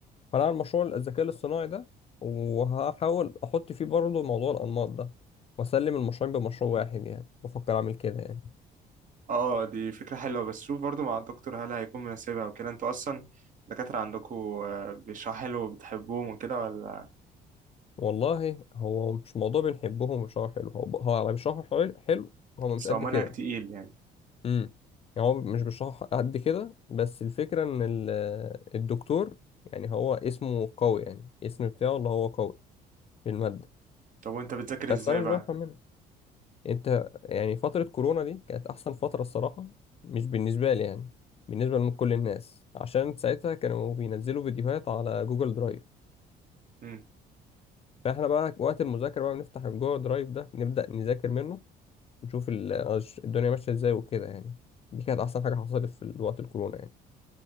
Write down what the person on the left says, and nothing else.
فانا هعمل مشروع الذكاء الاصطناعي ده وهحاول احط فيه برضه موضوع الانماط ده واسلم المشروعين بمشروع واحد يعني بفكر اعمل كده يعني
والله هو مش موضوع بنحبهم ومش حلو هو هو على مش حلو حلو هو
مش قد
كده
امم يعني هو مش بيشرح قد كده بس الفكرة ان ال- الدكتور يعني هو اسمه قوي يعني اسم بتاعه اللي هو قوي في المادة
بس
انا مش
بفهم منها انت يعني فترة كورونا دي كانت احسن فترة الصراحة مش بالنسبة لي يعني بالنسبة لكل الناس عشان ساعتها كانوا بينزلوا فيديوهات على جوجل درايف
فاحنا بقى وقت المذاكرة بقى بنفتح الجوجل درايف ده نبدأ نذاكر منه نشوف ال- الدنيا ماشية ازاي وكده يعني دي كانت احسن حاجة حصلت في وقت الكورونا يعني